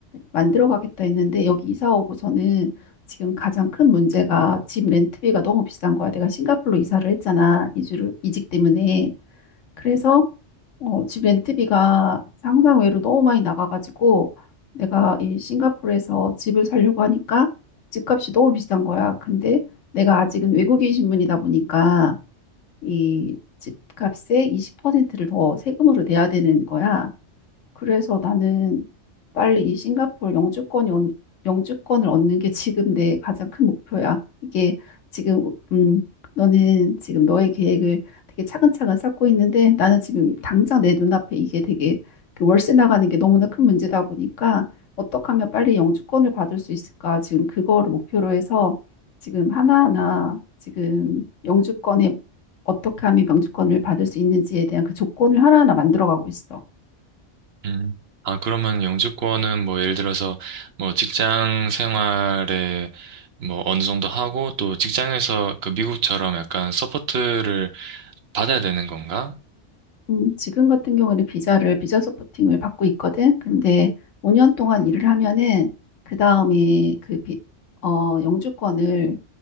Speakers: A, on the left (about 85°); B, on the right (about 60°).
A: 만들어 가겠다 했는데 여기 이사 오고서는 지금 가장 큰 문제가 집 렌트비가 너무 비싼 거야 내가 싱가포르로 이사를 했잖아 이주를 이직 때문에 그래서 어, 집 렌트비가 상상 외로 너무 많이 나가가지고 내가 이 싱가포르에서 집을 살려고 하니까 집값이 너무 비싼 거야. 근데 내가 아직은 외국인 신분이다 보니까 이 집값의 20%를 더 세금으로 내야 되는 거야. 그래서 나는 빨리 이 싱가포르 영주권이 온- 영주권을 얻는 게 지금 내 가장 큰 목표야. 이게 지금 음 너는 지금 너의 계획을 되게 차근차근 쌓고 있는데 나는 지금 당장 내 눈앞에 이게 되게 그 월세 나가는 게 너무나 큰 문제다 보니까 어떻게 하면 빨리 영주권을 받을 수 있을까? 지금 그거를 목표로 해서 지금 하나하나 지금 영주권에 어떻게 하면 영주권을 받을 수 있는지에 대한 그 조건을 하나하나 만들어가고 있어.
B: 응. 아, 그러면 영주권은 뭐 예를 들어서 뭐 직장 생활에 뭐 어느 정도 하고 또 직장에서 그 미국처럼 약간 서포트를 받아야 되는 건가?
A: 음, 지금 같은 경우에는 비자를, 비자 서포팅을 받고 있거든. 근데 5년 동안 일을 하면은, 그 다음에 그 비, 어, 영주권을,